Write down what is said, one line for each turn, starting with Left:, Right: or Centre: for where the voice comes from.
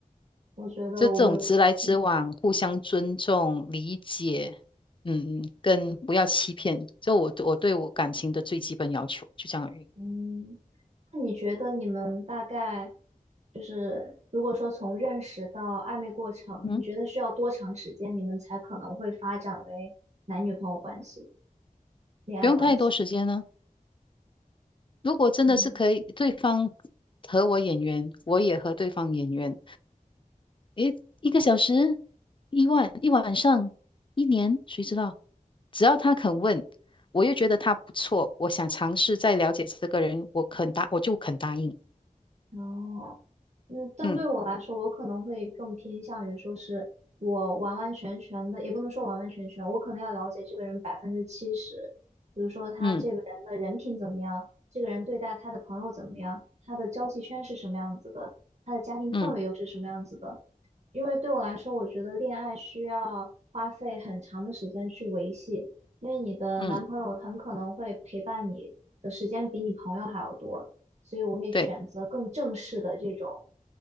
Right: 我觉得我们的，
Left: 就这种直来直往、
Right: 嗯
Left: 互相尊重、理解，嗯，跟不要欺骗，就我我对我感情的最基本要求，就这样而已。
Right: 嗯那你觉得你们大概就是，如果说从认识到暧昧过程，
Left: 嗯，
Right: 你觉得需要多长时间，你们才可能会发展为男女朋友关系、恋爱关系？
Left: 不用太多时间呢。如果真的是可以，
Right: 嗯
Left: 对方和我眼缘，我也和对方眼缘，诶，一个小时、一万、一晚上、一年，谁知道？只要他肯问，我又觉得他不错，我想尝试再了解这个人，我肯答，我就肯答应。
Right: 哦，嗯，但对我来说，
Left: 嗯
Right: 我可能会更偏向于说是我完完全全的，也不能说完完全全，我可能要了解这个人百分之七十，比如说他这个人的人品怎么样，
Left: 嗯
Right: 这个人对待他的朋友怎么样，他的交际圈是什么样子的，他的家庭氛围又是什么样子的。
Left: 嗯
Right: 因为对我来说，我觉得恋爱需要花费很长的时间去维系，因为你的男朋友很可能会陪伴你的时间比你朋友还要多。
Left: 嗯。
Right: 所以我会选择更正式的这种
Left: 对，